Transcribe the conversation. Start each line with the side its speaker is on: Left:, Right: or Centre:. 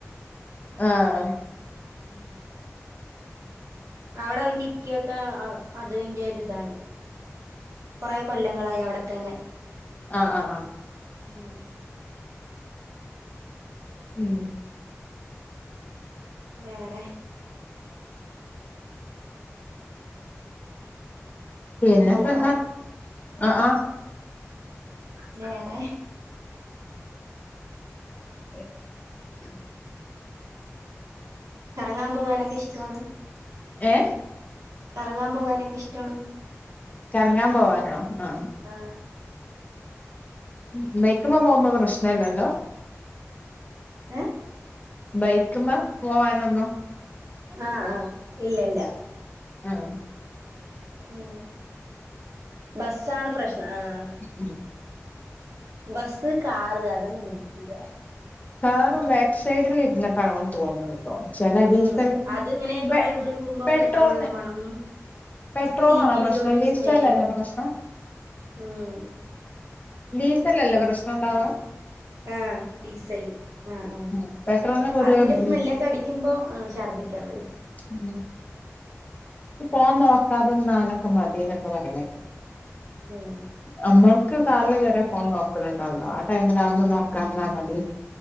Left: ആഹ്
Right: ഉം അവട എന്റ ഇക്കേക്ക ആ അതിന്റെ ഒരിതാണ് കൊറേ കൊല്ലങ്ങളായവിടെ തന്നെ
Left: ആഹ ആഹ ആഹ
Right: ഉം
Left: ഉം
Right: വേറെ
Left: പിന്നെപ്പന്താ
Right: ഹലോ
Left: ആ ആ
Right: വേറെ
Left: അ
Right: ഉ കറങ്ങാൻ പോകാനൊക്കെ ഇഷ്ടമാണ്
Left: ഏഹ
Right: ഇറങ്ങാൻ പോകാനൊക്കെ ഇഷ്ടമാണ്
Left: ഇറങ്ങാൻ പോവാനോ ആ
Right: ആഹ്
Left: ഉ മൈക്കമ്മമാമ്മ പ്രശ്ന അല്ലല്ലോ
Right: ഏ
Left: ബൈക്ക്പ പോവാനോ
Right: ആഹ ആഹ ഇല്ല ഇല്ല
Left: ആഹ
Right: ഉം ബസ്സാണ് പ്രശ്നം ആഹ
Left: ഉം
Right: ബസ്സ് കാറ് അതൊന്നും പിടിക്കുല്ല
Left: കാറ് ബാക്ക് സൈഡില് ഇരുന്നിട്ടാന്ന് തോന്നത് ചില
Right: ഉം
Left: ഡീസൺ
Right: അതിങ്ങനെ കൊറെ
Left: പെ
Right: ദൂരം പോകുമ്പോ
Left: പെട്രോള്ന്
Right: പെട്രോളിന്റെ മണവും
Left: പെട്രോളാണോ
Right: സീറ്റിന്റെ
Left: പ്രശ്നം
Right: ഒരു
Left: ഡീസലല്ലേ
Right: സ്മെല്ലും
Left: പ്രശ്നം
Right: ഉം
Left: ഡീസലല്ലേ പ്രശ്നുണ്ടാവ
Right: ആഹ് ഡീസല് ആഹ് ആഹ്
Left: ഉം പെട്രോളിന് പൊതുവെ
Right: അതിന്റെ
Left: ഉം
Right: സ്മെല്ലൊക്കെ അടിക്കുമ്പോ ശ ഷർധിക്കാൻ വരും
Left: ഉം ഫോൺ നോക്കാതന്നാനൊക്കെ മതി എന്നൊക്കെ പറയണെക്ക
Right: ഉം
Left: നമ്മൾക്ക് കാറില് കേറിയ ഫോൺ നോക്കലുണ്ടാവുല്ലോ ആ ടൈമിൽ <unintelligible> നോക്കാ നിന്ന മതി